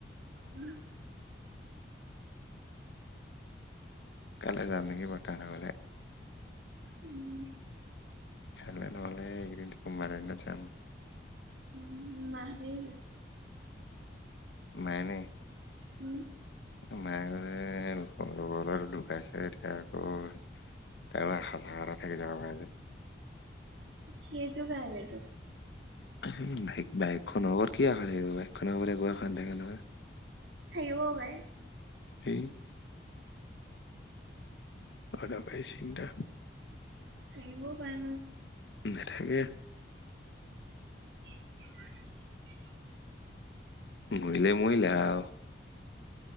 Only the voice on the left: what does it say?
কাইলৈ যাম নেকি, বৰ্তাহতৰ ঘৰলৈ
কাইলে নহ'লে এই কেদিন কোনোবা এটা দিনত যাম।
মাই এনে
মায়ে যে লগ ল'ৰা ঢুকাইছে এতিয়া আকৌ তাৰ আশা চাকা এটা থাকি যাব পাই যে।
এই বাইক বাইকখনৰ ওপৰত কি আশা থাকিব, বাইকখনৰ ওপৰত একো আশাৰ না থাকে নহয়।
এই অদকাৰি চিন্তা।
নথাকে
মৰিলে, মৰিলে, আৰু